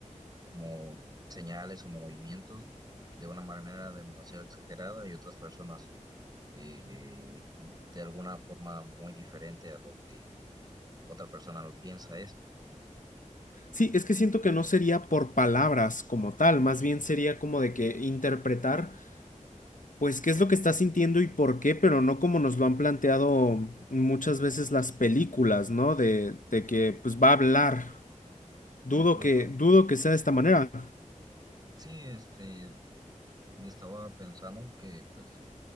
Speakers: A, on the right (about 30°); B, on the left (about 80°).
A: como señales o movimientos de una manera demasiado exagerada y otras personas eh, de alguna forma muy diferente a lo que otra persona lo piensa esto.
B: Sí, es que siento que no sería por palabras como tal, más bien sería como de que interpretar. pues qué es lo que está sintiendo y por qué, pero no como nos lo han planteado muchas veces las películas, ¿no? De, de que pues va a hablar. Dudo
A: Incluso,
B: que, dudo que sea de esta manera.
A: sí, este, estaba pensando que pues